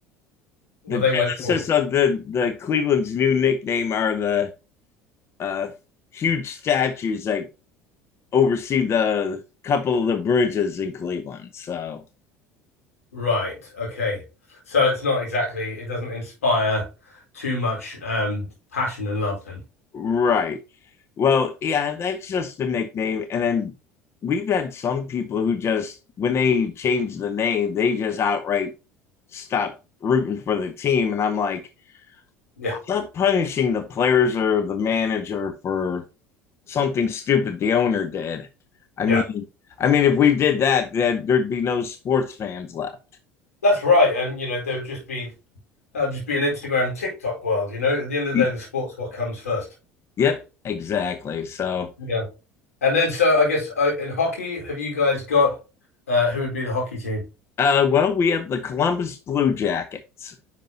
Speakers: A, on the left (about 75°); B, on the left (about 35°).
A: Well,
B: the genesis
A: they went for
B: of the the Cleveland's new nickname are the uh, huge statues that oversee the couple of the bridges in Cleveland. So,
A: right. Okay. So it's not exactly it doesn't inspire too much um passion and love then.
B: Right. well, yeah, that's just the nickname. And then we've had some people who just, when they change the name, they just outright stop rooting for the team. And I'm like,
A: Yeah.
B: I'm not punishing the players or the manager for something stupid the owner did. I
A: Yeah.
B: mean, I mean, if we did that, then there'd be no sports fans left.
A: That's right. And you know, there'll just be that'll just be an Instagram TikTok world, you know. At the end of
B: <laughs>
A: the day, the sport's what comes first.
B: Yep, exactly. So,
A: Yeah. And then so I guess uh, in hockey, have you guys got uh who would be the hockey team?
B: uh, well, we have the Columbus Blue Jackets.